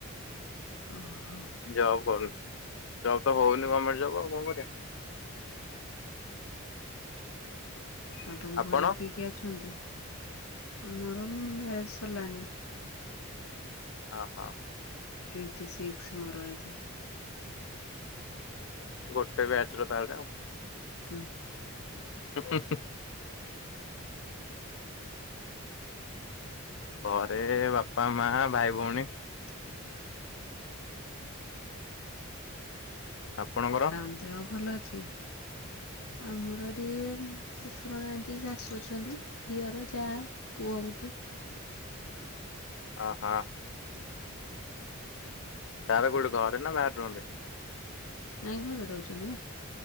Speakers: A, on the left; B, on the left.
A: ଅ ହଁ।
B: ଜବ୍ କରୁନି। ଜବ୍ ତ ହଉନି ଗମେଣ୍ଟ ଜବ୍ ଆଉ କଣ କରିବା।
A: ଆଉ ତମ
B: ଆପଣ
A: ଘରେ କିଏ କିଏ ଅଛନ୍ତି? ମୋର ମ୍ୟାରେଜ୍ ସରିଲାଣି।
B: ଓ ହୋ।
A: ଟ୍ୱେଣ୍ଟି ସିକ୍ସ ମୋର ଏଜ୍।
B: ଗୋଟେ ବ୍ୟାଚ ର ତାହେଲେ ଆଉ।
A: ହୁଁ।
B: ହୁଁ ହୁଁ ହୁଁ। ଘରେ ବାପା, ମା, ଭାଇ, ଭଉଣୀ।
A: <inaudible>
B: ଆପଣଙ୍କର
A: ତାଙ୍କ ଦେହ ଭଲ ଅଛି? ଆମର ଟିକେ ଶ୍ୱଶୁର ନାହାନ୍ତି ଶାଶୁ ଅଛନ୍ତି, ଦିଅର, ଯାଆ। ପୁଅ ଗୋଟେ।
B: ଓହୋ।
A: <inaudible>
B: ସରେ କୋଉଠି ଘରେ ନା ବାହାରେ ରୁଅନ୍ତି?
A: ନାଇଁ ଘରେ ରହୁଛନ୍ତି ନା।